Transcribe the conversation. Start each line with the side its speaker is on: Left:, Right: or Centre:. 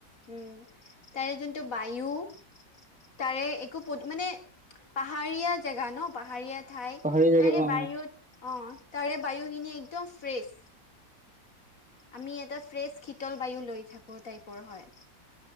Left: উম্, তাৰে যোনটো বায়ু তাৰে একো মানে, পাহাৰীয়া জেগা ন', পাহাৰীয়া ঠাই।
Centre: পাহাৰীয়া জেগা
Left: তাৰে
Centre: অ
Left: বায়ুত অ', তাৰে বায়ু খিনি একদম ফ্ৰেচ। আমি এটা ফ্ৰেচ শীতল বায়ু লৈ থাকো, টাইপৰ হয়।